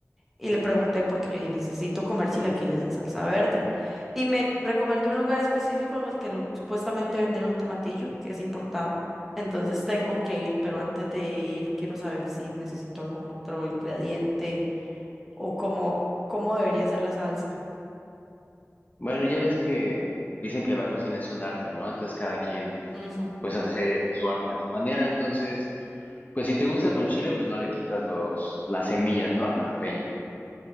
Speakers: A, in the centre; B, on the left.
A: Y le pregunté porque yo dije, necesito comer chilaquiles en salsa verde. Y me recomendó un lugar específico en el que lo, supuestamente venden el tomatillo, que es importado. Entonces tengo que ir, pero antes de ir quiero saber si necesito algún otro ingrediente o cómo, cómo debería ser la salsa.
B: Bueno, ya ves que dicen que la cocina es un arte, ¿no? Entonces cada quien
A: Ujú.
B: pues hace su arte a su manera. Entonces, pues si te gusta con chile, pues no le quitas los, las semillas, ¿no? Al jalapeño.